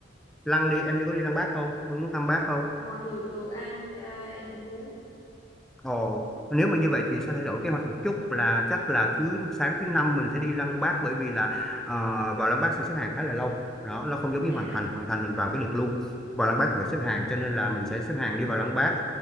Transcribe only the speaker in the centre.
lăng đi, em đi có đi lăng Bác không? Em muốn thăm Bác không?
Ồ, nếu mà như vậy thì sẽ thay đổi kế hoạch một chút là chắc là thứ sáng thứ năm mình sẽ đi Lăng Bác bởi vì là ờ, vào Lăng Bác sẽ xếp hàng khá là lâu đó nó không giống như
Hoàng Thành Hoàng Thành mình vào cái được luôn vào Lăng Bác thì phải xếp hàng cho nên là mình sẽ xếp hàng đi vào Lăng Bác